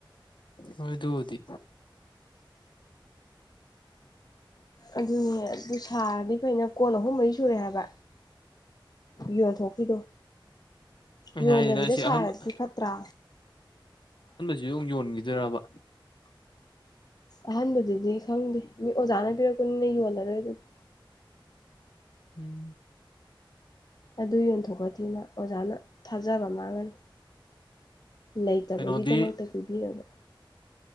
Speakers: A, on the left (about 65°); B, on the left (about 50°).
A: ꯍꯣꯏꯗ ꯍꯧꯗꯤ
B: ꯑꯗꯨꯅꯦ ꯑꯗꯨ ꯁꯥꯔꯗꯤ ꯐꯩꯅ ꯀꯣꯟ ꯑꯍꯨꯝ ꯃꯔꯤ ꯁꯨꯔꯦ ꯍꯥꯏꯕ ꯌꯣꯟꯊꯣꯛꯈꯤꯗꯣ
A: ꯑꯩꯅ
B: ꯌꯣꯟꯗꯕꯤꯗ
A: ꯍꯥꯏꯁꯤꯅ ꯑꯁꯤ
B: ꯁꯥꯔꯗꯤ
A: ꯑꯍꯟꯕ
B: ꯐꯠꯇ꯭ꯔꯥ
A: ꯌꯦ ꯌꯨꯝ ꯌꯣꯟꯈꯤꯗꯕ
B: ꯑꯍꯥꯟꯕꯗꯨꯗꯤ ꯈꯪꯗꯦ ꯃꯤ ꯑꯣꯖꯥꯅ ꯄꯤꯔꯛꯄꯅꯤꯅ ꯌꯣꯜꯂꯔꯣꯏ ꯑꯗꯨꯗꯤ
A: ꯎꯝ
B: ꯑꯗꯨ ꯌꯣꯟꯊꯣꯛꯀꯗꯤꯣꯏꯃ ꯑꯣꯖꯥꯅ ꯊꯥꯖꯕ ꯃꯥꯡꯒꯅꯤ ꯂꯩꯇꯕꯒꯤꯗꯃꯛꯇ
A: ꯀꯩꯅꯣꯗꯤ
B: ꯄꯤꯕꯤꯔꯕꯥ